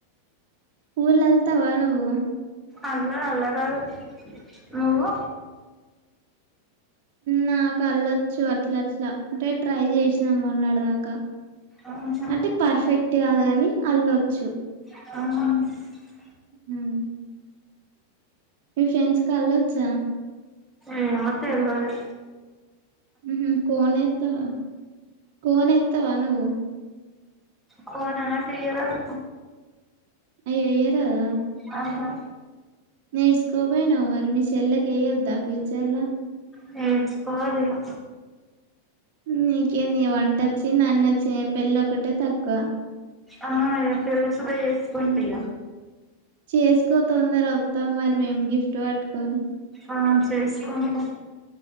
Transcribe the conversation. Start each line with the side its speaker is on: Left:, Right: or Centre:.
Right: పూలు అల్లుతావా నువ్వు.
Centre: అల్లన్ అల్లరాదు నువ్వు.
Right: నాకు అళ్లొచ్చు అట్ల అట్లా అంటే ట్రై చేశ్న మొన్నడు దాక.
Centre: ఉమ్,
Right: అంటె పర్ఫెక్ట్ గాదు గని అల్లొచ్చు.
Centre: ఆహ్.
Right: ఉమ్. మీ ఫ్రెండ్స్క్ అళ్ళొచ్చా.
Centre: ఏమో తెల్వది.
Right: ఉహు కోన్ ఏత్తవ కోన్ ఏత్తవ నువ్వు.
Centre: కోనా నాకు ఏయ్యరాదు.
Right: అయ్యో ఎయ్యరాదా
Centre: ఆహా
Right: నేర్చుకోకపోయినావ మరి మీ చెల్లకి ఏయొద్దా ఫ్యూచర్లా.
Centre: నేర్చుకోవాలి ఇగా.
Right: నీకేందిగ వంటచ్చింద్ అన్ని ఒచ్చినై పెళ్ళి ఒకటే తక్కువ
Centre: ఆ ఇగ పెళ్ళి సుగ చేస్కుంటిగ
Right: చేస్కో తొందర్ ఒత్తం మరి మేమ్ గిఫ్ట్ పట్టుకొని
Centre: ఆ చేస్కుంట.